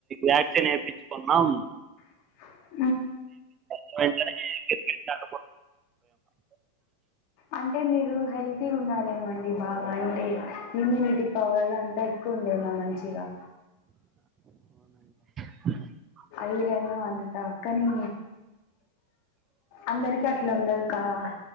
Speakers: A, on the right (about 25°); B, on the left (about 45°).
A: వ్యాక్సిన్ యేపిచ్చుకున్నాం
B: <inaudible>
A: క్ర చ <unintelligible>
B: అంటే మీరు హెల్తీగా ఉన్నారేమో అండి బాగా అంటే ఇమ్యూనిటీ పవర్ అంతా ఉందేమో మంచిగా
A: అ <inaudible>
B: ఐరను అంతా కాని అందరికీ అట్ల ఉండదు కదా